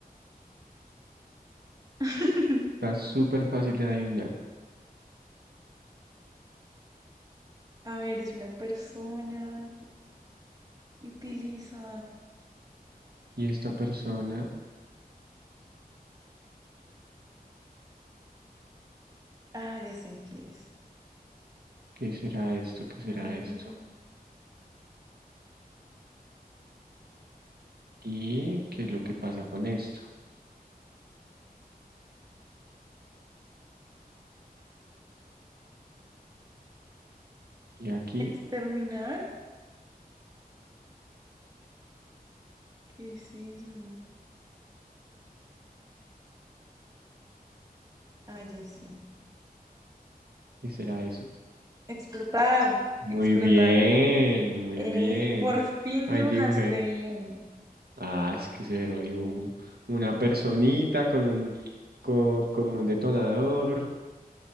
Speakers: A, on the right; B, on the right.
A: <laughs>
B: Está súper fácil de adivinar.
A: A ver, es una persona. Y utiliza.
B: ¿Y esta persona?
A: Ah, ya sé qué es.
B: ¿Qué será esto? ¿Qué será
A: No.
B: esto? ¿Y qué es lo que pasa con esto? ¿Y aquí?
A: ¿Exterminar? ¿Qué es eso? Ah, ya sé.
B: ¿Qué será eso?
A: Explotar.
B: Muy
A: Explotar.
B: bien, muy
A: Ey,
B: bien.
A: por fin
B: Ahí
A: dibujaste
B: dibujé.
A: bien.
B: Ah, es que cero dibujo. Una personita con un, con, con un detonador.